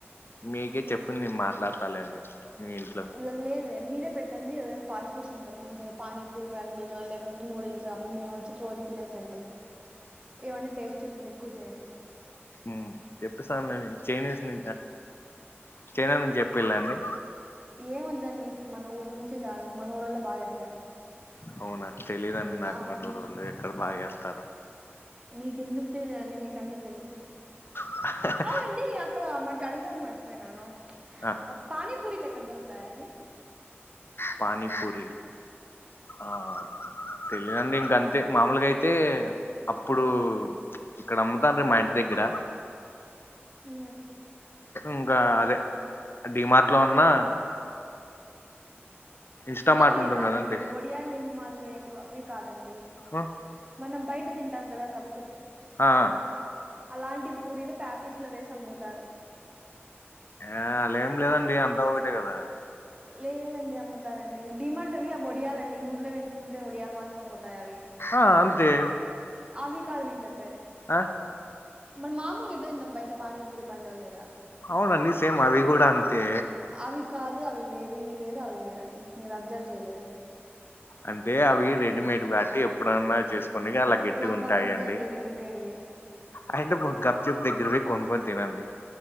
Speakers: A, on the left; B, on the right.
A: మీకే చెఫ్ని నేన్ మాట్లాడతలేండి మీ ఇంట్లో
B: ఈ రోజు లేదు మీరే పెట్టండి ఏదన్నా ఫాస్ట్ ఫుడ్స్ సెంటరు మంచిగా పానీపూరి బండి లేకుంటే నూడిల్స్ ఆప్పుడు మేము వచ్చి రోజు తినేసి వెళ్తాం ఇవన్నీ టేస్ట్ ఎక్కువ చేయండి
A: ఆ చెప్పిస్తాను నేను చైనీస్ ను చైనా నుంచి చెప్పిళండి
B: ఏమ వద్దండి మన ఊర్ నుంచే చాలు మన ఊర్ల్ బా చేస్తారు
A: అవునా తెలీదండి నాకు
B: అవును
A: మానురోళ్లు ఎక్కడ బాచేస్తారో
B: మీకెందుకు తెలిదడి మీకు అన్నీ తెలుసు
A: ఆ
B: అండి అక్కడ మ అడుగుదామని మర్చిపోయినాను
A: ఆ
B: ఆ పని పూరిలు లెక్కడ దొరుకుతాయండి
A: పానీ పూరి ఆ తెలియదండి ఇంక అంతే మామూలుగా అయితే అప్పుడు ఇక్కడ అమ్ముతానులే మా ఇంటి దగ్గర
B: ఉ
A: ఇంకా అదే డిమార్ట్లో ఉన్నా ఇన్స్టామార్ట్
B: అవి
A: ఉంటుంది
B: కాదండి
A: కదండి
B: ఒడియాలు మాదిరివే అవి కాదండి
A: ఆ
B: మనం బైట తింటం కదా గప్చుప్
A: ఆ ఆ
B: అలాంటి పూరీలు ప్యాకెట్లో వేసి అమ్ముతారు
A: ఆ అలాం లేదండి అంతా ఒకటే కదా
B: లేదండి అమ్ముతారండి డిమాట్లు అవి వడియాలండి నూనెలో వెంచుకుంటే వడియాలి మా పొంగుతాయి అవి
A: ఆ అంతే
B: అవి కాదు నేను చెప్పేది
A: ఆ
B: మనం మాములుగా ఎట్ల తింటాం బయట పానీ పూరి బండి ఓళ్ళ దగ్గర
A: అవునండి సేమ్ అవి కూడా అంతే
B: అవి కాదు అవి వేరు ఇవి వేరు అవి వేరండి మీరు అబ్జర్వ్ చేయలేదు
A: అంటే అవి రెడీమేడ్ బాటి ఎప్పుడైన్నా చేసుకో కొన్నిగా అలా గట్టిగా
B: నాకు
A: ఉంటాయి
B: అవి వద్దండి
A: అండి
B: రెడీమేడ్వి
A: అయినా మీరు గప్చుప్ దగ్గర పోయి కొనుక్కొని తినండి